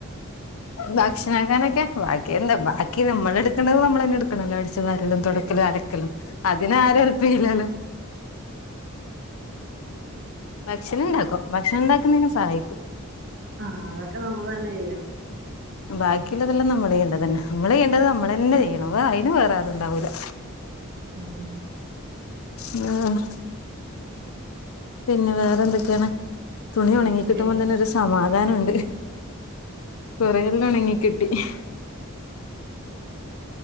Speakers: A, on the left; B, on the right.
A: ഭക്ഷണം ആക്കാനൊക്കെ ബാക്കി എന്താ ബാക്കി നമ്മള് എടുക്കണ്ടത് നമ്മള് തന്നെ എടുക്കണല്ലോ അടിച്ച് വാരലും തൊട ക്കലും അലക്കലും അതിന് ആരും ഹെല്പ് ചെയ്യില്ലാല്ലോ ഭക്ഷണം ഇണ്ടാക്കും ഭക്ഷണം ഇണ്ടാക്കുന്നേന് സഹായിക്കും.
B: ആഹ് അതൊക്കെ നമ്മള് തന്നെ ചെയ്യണം.
A: ബാക്കിയിള്ളതെല്ലാം നമ്മള് ചെയ്യണ്ടതന്നെ നമ്മള് ചെയ്യണ്ടത് നമ്മള് തന്നെ ചെയ്യണം വേറാരും അതിന് വേറെ ആരും ഉണ്ടാവൂല്ലാ.
B: ഉം
A: ഉം. പിന്നെ വേറെ എന്തൊക്കെയാണ് തുണി
B: പിന്നെ
A: ഒണങ്ങി കിട്ടുമ്പോ
B: വേറെ
A: തന്നെ ഒരു സമാധാനം ഒണ്ട്. കൊറെയല്ലാം ഉണങ്ങി കിട്ടി ഇഹ്